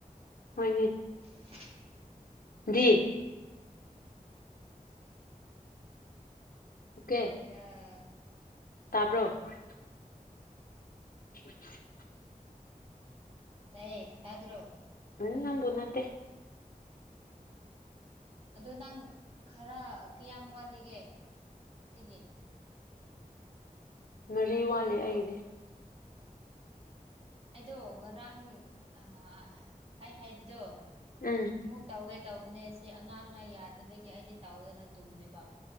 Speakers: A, on the left; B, on the right.
A: ꯍꯣꯏꯅꯦ
B: <unintelligible>
A: ꯗꯤ
B: ꯈꯟ꯭ꯔꯔꯤꯗ
A: ꯑꯣꯀꯦ
B: ꯑ
A: ꯇꯥꯕ꯭ꯔꯣ ꯍ <unintelligible>
B: ꯇꯌꯦ ꯌꯥ꯭ꯔꯣ
A: ꯎꯝ ꯅꯝꯕꯕꯨꯅꯠꯇꯦ
B: ꯑꯣ ꯑꯣ ꯑꯗꯣ ꯅꯪ ꯈꯔ ꯀꯌꯥꯝ ꯋꯥꯠꯂꯤꯒꯦ ꯁꯤꯒꯤ
A: ꯃꯔꯤ ꯋꯥꯠꯂꯤ ꯑꯩꯒꯤꯗꯤ
B: ꯑꯩꯗꯣ ꯉꯔꯥꯡ ꯑ ꯑꯩ ꯍꯥꯏꯕꯗꯣ
A: ꯎꯝ
B: ꯑꯃꯨꯛ ꯇꯧꯋꯦ ꯇꯧꯕꯅꯦ ꯁꯤ ꯑꯉꯥꯡꯅ ꯌꯥꯗꯕꯒꯤ ꯑꯩꯗꯤ ꯇꯧꯗꯅ ꯇꯨꯝꯃꯦꯕ